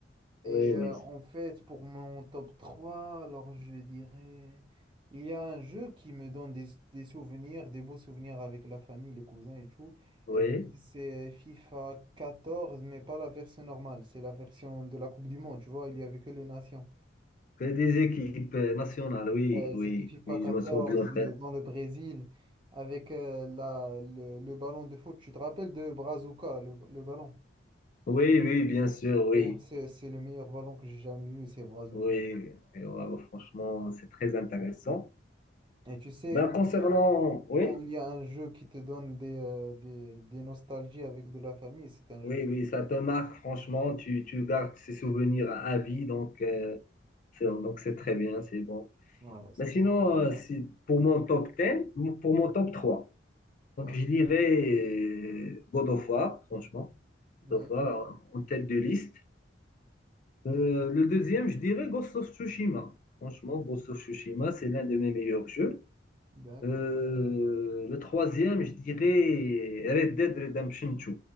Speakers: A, on the right (about 25°); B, on the left (about 45°).
A: Et
B: Oui,
A: euh,
B: oui,
A: en fait, pour mon top 3 alors je dirais, il y a un jeu qui me donne des, des souvenirs, des beaux souvenirs avec la famille, les cousins et tout.
B: oui.
A: Et bien, c'est FIFA quatorze mais pas la version normale, c'est la version de la Coupe du Monde, tu vois, il y avait que les nations.
B: Que des équipes euh, nationales, oui,
A: Euh,
B: oui,
A: c'était FIFA
B: oui,
A: quatorze
B: je me souviens, frère.
A: euh, dans le Brésil avec euh, la, le, le ballon de foot. Tu te rappelles de Brazuca, le, le ballon?
B: Oui, oui, bien sûr, oui.
A: D'ailleurs, c'est c'est le meilleur ballon que j'ai jamais vu, c'est Brazuca.
B: Oui, Et, euh, franchement, c'est très intéressant.
A: Et tu sais,
B: Ben, concernant, oui,
A: quand il y a un jeu qui te donne des, euh, des, des nostalgies avec de la famille, c'est un jeu.
B: oui, oui, ça te marque, franchement, tu, tu gardes ces souvenirs à à vie, donc euh, c'est donc c'est très bien, c'est bon.
A: Ouais, ça.
B: Mais sinon, euh, si- pour mon top 10, pour mon top 3, donc
A: Ouais,
B: je dirais euh, God of War, franchement,
A: ouais,
B: God of War euh, en tête de liste. Euh, le deuxième, je dirais Ghost of Tsushima. Franchement, Ghost of Tsushima, c'est l'un de mes meilleurs jeux.
A: d'accord.
B: Euh, le troisième, je dirais Red Dead Redemption 2. Je